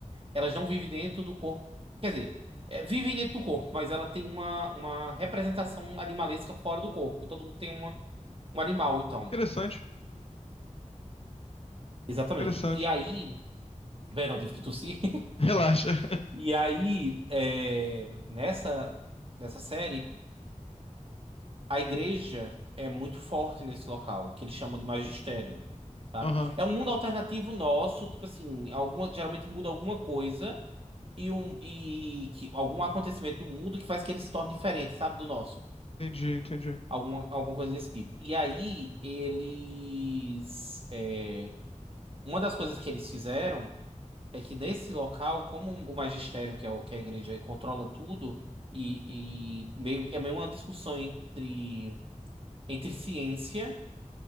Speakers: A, on the right (about 45°); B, on the left (about 50°).
A: elas não vivem dentro do corpo, quer dizer, é, vivem dentro do corpo, mas ela tem uma, uma representação animalesca fora do corpo. Todo mundo tem uma um animal, então.
B: Interessante,
A: Exatamente.
B: interessante.
A: E aí. Bem, não tive que tossir. <laughs>
B: Relaxa. <laughs>
A: E aí, é, nessa, nessa série, a igreja é muito forte nesse local, que eles chamam de magistério, sabe?
B: Aham,
A: É um mundo alternativo nosso, tipo assim, alguma, geralmente muda alguma coisa e, um, e que, algum acontecimento do mundo que faz que ele se torne diferente, sabe, do nosso.
B: entendi, entendi.
A: Alguma, alguma coisa desse tipo. E aí, eles. é, uma das coisas que eles fizeram. É que nesse local, como o magistério, que é, o, que é a igreja controla tudo, e, e meio, é meio uma discussão entre, entre ciência